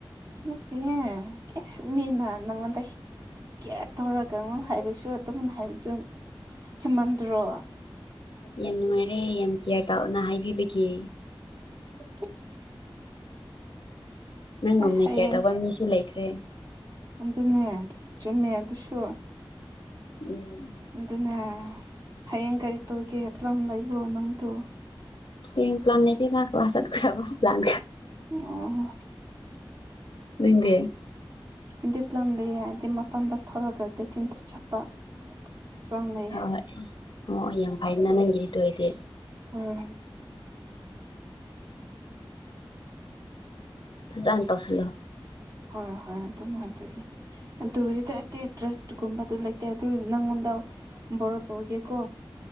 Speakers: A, on the right (about 40°); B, on the left (about 75°).
A: ꯃꯠꯇ ꯀꯦ ꯁꯃꯅ ꯅꯪ ꯀꯦꯌꯥꯔ ꯇꯧꯔꯒ ꯍꯥꯏꯕꯁꯨ ꯑꯗꯨꯝꯅ ꯍꯥꯏꯕꯗꯨ ꯍꯦꯃꯟꯗ꯭ꯔꯣ
B: ꯌꯥꯝ ꯅꯨꯡꯉꯥꯏꯔꯦ ꯌꯥꯝ ꯀꯤꯌꯔ ꯇꯥꯎꯅ ꯍꯥꯏꯕꯤꯕꯒꯤ
A: <inaudible>
B: ꯅꯪꯒꯨꯝꯅ
A: ꯍꯌꯦꯡ
B: ꯀꯦ ꯇꯧꯕ ꯃꯤꯁꯨ ꯂꯩꯈ꯭ꯔꯦ
A: ꯑꯗꯨꯅꯦ ꯆꯨꯝꯃꯦ ꯑꯗꯨꯁꯨ
B: ꯎꯝ
A: ꯑꯗꯨꯅꯦ ꯍꯌꯦꯡ ꯀꯔꯤ ꯇꯨ ꯀ ꯍ꯭ꯂꯝ ꯂꯩꯏꯕꯣ ꯅꯪ ꯇ
B: ꯇ ꯄ꯭ꯂꯥꯟ ꯅ ꯀ ꯀ꯭ꯂꯥꯁꯠ ꯀꯔ ꯄ꯭ꯂꯥꯟ
A: ꯑ
B: ꯅꯪꯗꯤ
A: ꯑꯗꯨꯏ <unintelligible> ꯗꯤ ꯃꯄꯥꯟꯗ ꯊꯣꯔꯛꯒ ꯀꯩꯊꯦꯟꯗ ꯆꯠꯄ ꯄ꯭ꯂꯥꯟ ꯂꯩꯌꯦ
B: ꯍꯣꯏ ꯍꯣꯏ ꯑꯣ ꯌꯥꯝ ꯐꯩꯅ ꯅꯪꯒꯤꯗꯤ ꯗꯨꯑꯣꯏꯗꯤ
A: ꯎꯥ
B: ꯆ ꯇꯧꯁꯂ
A: ꯍꯣꯏ ꯍꯣꯏ ꯑꯗꯨꯝ ꯑꯗꯨꯒꯤ ꯑꯗꯨꯗꯗꯤ ꯗ꯭ꯔꯁꯒꯨꯝꯕ ꯂꯩꯇꯦ ꯅꯪꯉꯣꯟꯗ ꯣꯔꯣ ꯇꯧꯒꯦꯀꯣ